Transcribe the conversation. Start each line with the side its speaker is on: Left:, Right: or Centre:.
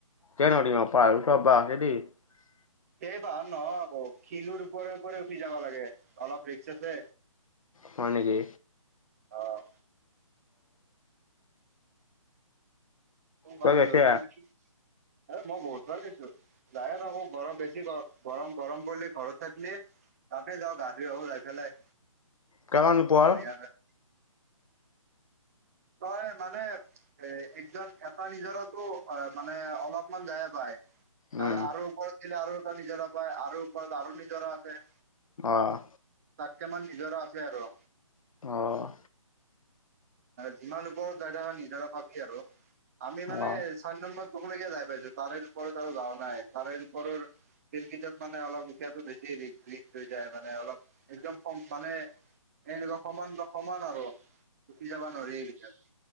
Left: কে নৰিম আ পাহাৰত উথবা <unintelligible>
Right: সেই পাহাৰ নহ আকৌ খিলুৰ ওপৰে ওপৰে উঠি যাব লাগে অলপ ৰিক্স আছে।
Left: হয়নেকি?
Right: অ', ত মাৰ
Left: তই গৈছে
Right: লৈ যাম নি এ মই বহুত ভাল গৈছো যায়ে থাকো গৰম বেছি গৰম-গৰম কৰিলে ঘৰত থাকলি। তাতে যাওঁ গা ধুই আহোঁ যাই পেলাই
Left: কিমান ওপৰ
Right: বঢ়িয়াকে। তই মানে এ একজন এটা নিজৰতো অ' মানে অলপমান যায় পায়। তাৰপিছত
Left: উম
Right: আৰু ওপৰত গেলি আৰু নিজৰা পায় আৰু ওপৰত আৰু নিজৰা আছে।
Left: অহ,
Right: তাতকে মান নিজৰো আছে আৰু।
Left: অ',
Right: যিমান ওপৰত যায় নিজৰা ভাবি আৰু আমি মানে
Left: অ
Right: চাৰ নম্বৰ, তলৈকে যাই পাইছো তাৰে ওপৰত আৰু যাৱা নাই তাৰে ওপৰৰ ল <unintelligible> কেইটত মানে অলপ উখিয়াতটো বেছি ৰি হৈ যায় মানে অলপ একদম কম মানে এনেৱা সমান-সমান আৰু উঠি যাবা নোৱাৰি এইকেইটাত